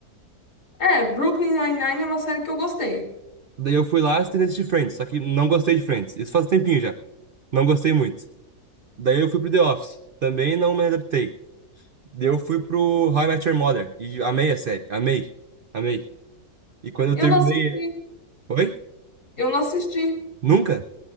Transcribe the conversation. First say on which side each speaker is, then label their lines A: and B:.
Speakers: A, on the left (about 75°); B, on the right (about 70°).
A: É, Brooklyn Nine-Nine é uma série que eu gostei.
B: Daí eu fui lá e tentei assistir Friends, só que não gostei de Friends. Isso faz um tempinho já. Não gostei muito. Daí eu fui pro The Office. Também não me adaptei. Daí eu fui pro How I Met Your Mother. E amei a série. Amei. Amei. E quando eu
A: Eu
B: terminei.
A: não assisti.
B: Oi?
A: Eu não assisti.
B: Nunca?